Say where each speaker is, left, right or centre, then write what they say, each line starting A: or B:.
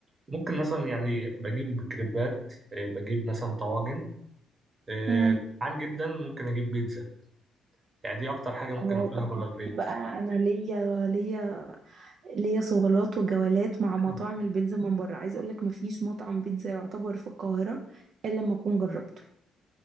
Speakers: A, on the right (about 30°); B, on the right (about 60°).
A: ممكن مثلا يعني بجيب كريبات آه، بجيب مثلا طواجن آه،
B: مم.
A: عن جدا ممكن اجيب بيتزا يعني دي اكتر حاجه ممكن
B: اه
A: اكلها
B: طب
A: بره البيت
B: بقى انا ليا ليا ليا صولات وجولات مع
A: <clears throat>
B: مطاعم البيتزا من بره عايز اقول لك مفيش مطعم بيتزا يعتبر في القاهره الا لما اكون جربته